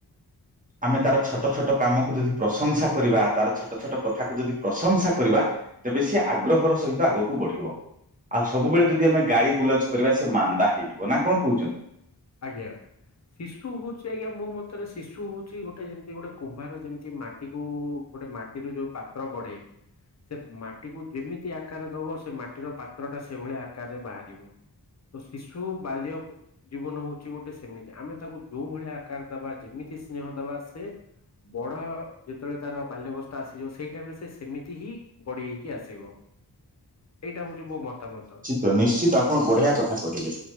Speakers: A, on the right; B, on the left.
A: ଆମେ ତାର ଛଟ ଛଟ କାମକୁ ଯଦି ପ୍ରଶଂସା କରିବା ତାର ଛଟ ଛଟ କଥାକୁ ଯଦି ପ୍ରଶଂସା କରିବା ତେବେ ସିଏ ଆଗ୍ରହର ସହିତ ଆଗକୁ ବଢି଼ବ। ଆଉ ସବୁବେଳେ ଯଦି ଆମେ ଗାଳି ଗୁଲଜ୍ କରିବା ସେ ମାନ୍ଦା ହେଇଯିବ ନା କଣ କଉଚନ୍ତି?
B: ଆଜ୍ଞା। ଶିଶୁ ହଉଚି ଆଜ୍ଞା ମୋ ମତରେ ଶିଶୁ ହଉଚି ଗୋଟେ ଯେମିତି ଗୋଟେ କୁମ୍ଭାର ଯେମିତି ମାଟି କୁ ଗୋଟେ ମା ଟିରୁ ଯୋଉ ପାତ୍ର ଗଢ଼େ ସେ ମାଟିକୁ ଯେମିତି ଆକାର ଦବ ସେ ମାଟିର ପାତ୍ର ଟା ସେଭଳିଆ ଆକାରରେ ବାହାରିବ। ତ ଶିଶୁ ବାଲ୍ୟ ପ ଜୀବନ ହଉଚି ଗୋଟେ ସେମିତି। ଆମେ ତାକୁ ଯୋଉ ଭଳିଆ ଆକାର୍ ଦେବା ଯେମିତି ସ୍ନେହ ଦବା ସେ ବଡ଼ ଯେତେବେଳେ ତାର ବାଲ୍ୟବସ୍ଥା ଆସିଯିବ ସେଇ ଟାଇମ୍ ରେ ସେ ସେମିତି ହିଁ ଗଢ଼ି ହେଇକି ଆସିବ ଏଇଟା ହଉଛି ମୋ ମତାମତ।
A: ତ ନିଶ୍ଚିତ ଆପଣ ବଢି଼ଆ କଥା କରିବେ।